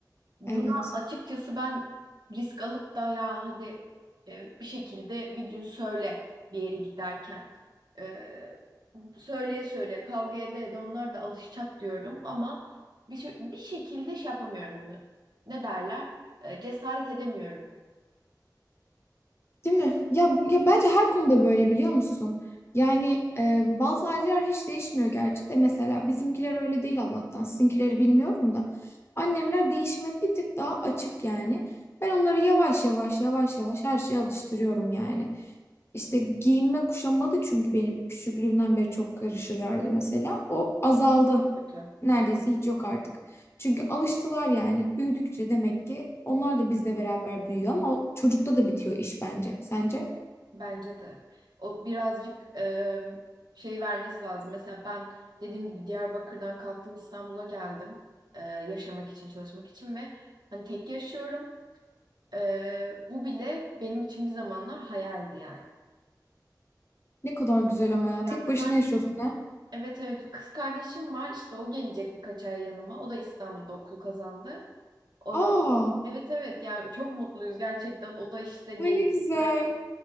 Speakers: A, on the right (about 70°); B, on the left (about 35°).
A: Buna
B: Evet.
A: açıkçası ben risk alıp da ya hadi e, bir şekilde bir gün söyle bir yere giderken. E, söyleye söyleye kavga ede ede onlar da alışacak diyorum ama bir, şey- bir şekilde şey yapamıyorum bunu. Ne derler? E, cesaret edemiyorum.
B: Değil mi? Ya, ya bence her konuda böyle biliyor musun? Yani e, bazı aileler hiç değişmiyor gerçi de mesela bizimkiler öyle değil Allah'tan. Sizinkileri bilmiyorum da. Annemler değişime bir tık daha açık yani. Ben onları yavaş yavaş yavaş yavaş her şeye alıştırıyorum yani. İşte giyinme kuşanma da çünkü benim küçüklüğümden beri çok karışırlardı mesela. O azaldı.
A: Kötü.
B: Neredeyse
A: Hı,
B: hiç yok artık. Çünkü alıştılar yani. Büyüdükçe demek ki onlar da bizle beraber büyüyor ama o çocukta da bitiyor iş bence. Sence?
A: Bence de. O birazcık e, şey vermesi lazım. Mesela ben dediğim gibi Diyarbakır'dan kalktım İstanbul'a geldim. e, yaşamak için, çalışmak için ve hani tek yaşıyorum. Ee, bu bile benim için bir zamanlar hayaldi yani.
B: Ne kadar güzel ama ya.
A: Ya
B: Tek
A: bir
B: başına
A: tane
B: yaşıyorsun ha.
A: evet evet bir kız kardeşim var işte o gelecek birkaç ay yanıma. O da İstanbul'da okul kazandı. O, o-
B: Aa,
A: evet evet yani çok mutluyuz gerçekten. O da işte gelecek
B: ay ne güzel.
A: buraya.